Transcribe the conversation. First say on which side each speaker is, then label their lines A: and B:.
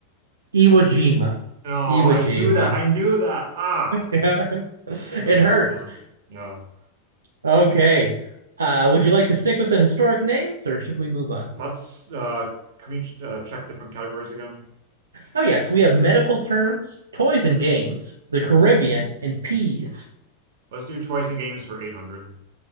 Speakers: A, on the right; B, on the right.
A: Iwo Jima.
B: No,
A: Iwo
B: I
A: Jima.
B: knew that.
A: <laughs>
B: I knew that. Ah.
A: Yeah.
B: Ah,
A: It hurts.
B: man. Yeah.
A: Okay. Uh, would you like to stick with the historic names or should we move on?
B: Let's uh can we ch uh, check different categories again?
A: Oh, yes, we have medical terms, toys and games, the Caribbean, and peas.
B: Let's do toys and games for 800.